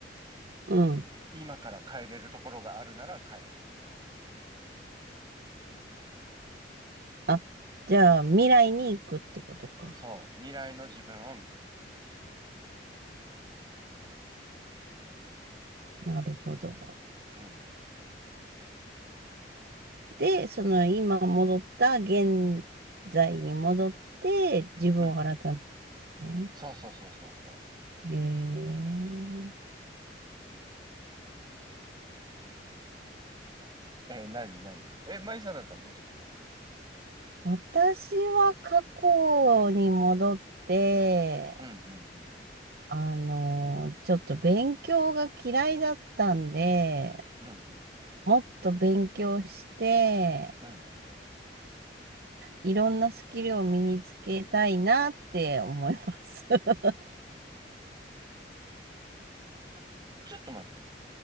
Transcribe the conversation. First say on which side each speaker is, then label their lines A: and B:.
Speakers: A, on the right (about 60°); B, on the right (about 25°).
A: うん。
B: 今から変えれるところがあるなら変える。
A: あ、じゃあ未来に行くってことか。
B: そう。未来の自分を見る。
A: なるほど。
B: うん。
A: で、その今戻った現在に戻って自分を改めるんですね。
B: うん、うん。そうそうそうそうそ
A: へえ。
B: う。えー、なになにえ、マイさんだったらどうするの
A: 私は過去に戻って、
B: うん、うん、うん。
A: あの、ちょっと勉強が嫌いだったんで、
B: うん、うん。
A: もっと勉強して、
B: うん、うん。
A: いろんなスキルを身につけたいなって思います。<laughs>
B: <laughs> ちょっと待って。う